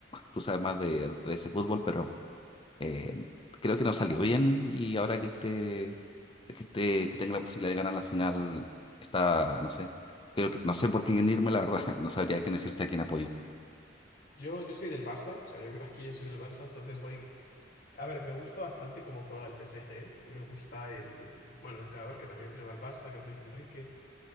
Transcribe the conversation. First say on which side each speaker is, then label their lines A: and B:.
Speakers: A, on the left; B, on the left.
A: tú sabes más de, de ese fútbol, pero eh, creo que no salió bien y ahora que esté, que esté, que tenga la posibilidad de ganar la final, está, no sé, creo que, no sé por quién irme, la verdad, <laughs> no sabría quién decirte a quién apoyo,
B: yo, yo soy del Barça, o sea, yo vivo aquí, yo soy del Barça, entonces voy A ver, me gusta bastante cómo juega el PSG. Me gusta el, bueno, el entrenador que también entrenó al Barça, que es Luis Enrique.